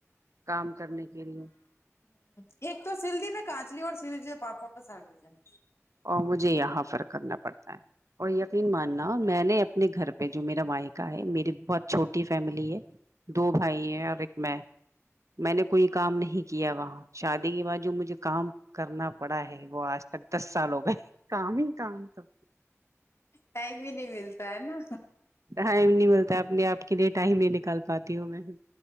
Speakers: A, on the right; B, on the left.
A: کام کرنے کے لیے
B: ایک تو سلدی میں کانچلی اور سل جو پاپاپ سرجن
A: اور مجھے یہاں فرق کرنا پڑتا ہے اور یقین ماننا میں نے اپنے گھر پہ جو میرا وائکہ ہے میری بہت چھوٹی فیملی ہے دو بھائی ہیں اور ایک میں میں نے کوئی کام نہیں کیا وہاں شادی کے بعد جو مجھے کام کرنا پڑا ہے وہ آج تک دس سالو گئے کام ہی کام سب
B: ٹائم ہی نہیں ملتا ہے نا
A: ٹائم نہیں ملتا آ اپنے آپ کو لیے ٹائم نکال پاتی ہوں میں